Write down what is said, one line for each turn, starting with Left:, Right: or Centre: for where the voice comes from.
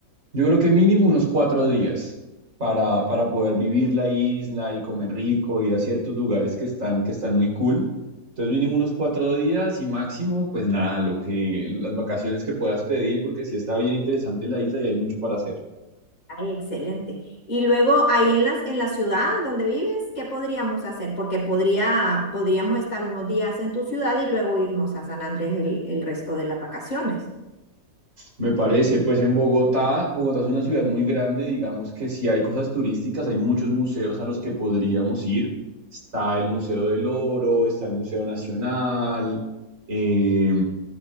Right: Yo creo que mínimo unos cuatro días para, para poder vivir la isla y comer rico, ir a ciertos lugares que están, que están muy cool. Entonces mínimo unos cuatro días y máximo, pues nada, lo que, las vacaciones que puedas pedir, porque sí está bien interesante la isla y hay mucho para hacer.
Left: Ay, excelente. Y luego ahí en las, en la ciudad donde vives, ¿qué podríamos hacer? Porque podría, podríamos estar unos días en tu ciudad y luego irnos a San Andrés el, el resto de las vacaciones.
Right: Me parece, pues en Bogotá, Bogotá es una ciudad muy grande, digamos que sí hay cosas turísticas, hay muchos museos a los que podríamos ir. Está el Museo del Oro, está el Museo Nacional, eh,